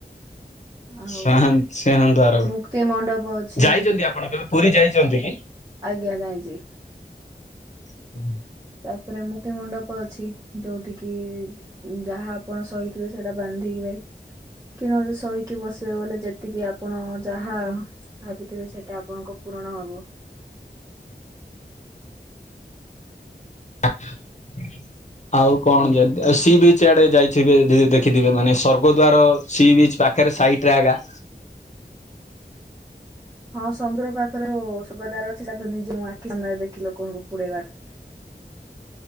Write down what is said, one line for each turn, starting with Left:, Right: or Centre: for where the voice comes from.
Right: ଆଉ
Left: ସାହାନ୍ତ ସିଂହ ଦ୍ୱାର
Right: ମୁକ୍ତି ମଣ୍ଡପ ଅଛି
Left: ଯାଇଛନ୍ତି ଆପଣ କେବେ? ପୁରୀ ଯାଇଛନ୍ତି କି?
Right: ଆଜ୍ଞା ଯାଇଛି।
Left: ହୁଁ ହୁଁ
Right: ତାପରେ ମୁକ୍ତି ମଣ୍ଡପ ଅଛି ଯୋଉଠି କି? ଯାହା ଆପଣ ସହିଥିବେ ସେଇଟା ବାନ୍ଧିବେ କି ନହେଲେ ସହି କି ବସିହବନି ଯେତିକି ଆପଣ ଯାହା ଭାବିଥିବେ ସେଇଟା ଆପଣଙ୍କ ପୂରଣ ହବ।
Left: ହଁ <unintelligible> ଆଉ କଣ ଯେମିତି ସି ବିଚ୍ ଆଡେ ଯାଇଥିବେ ଦେଖିଥିବେ ମାନେ ସ୍ୱର୍ଗଦ୍ୱାର ସି ବିଚ ପାଖ ପାଖେରେ ସାଇଟରେ ଆଗା।
Right: ହଁ ସମୁଦ୍ର ପାଖରେ ସ୍ୱର୍ଗଦ୍ୱାର ଅଛି ସେଇଟା ତ ନିଜେ ମୁଁ ଆଖି ସାମ୍ନା ଦେଖିଛି ଲୋକଙ୍କୁ ପୋଡିବାଟା।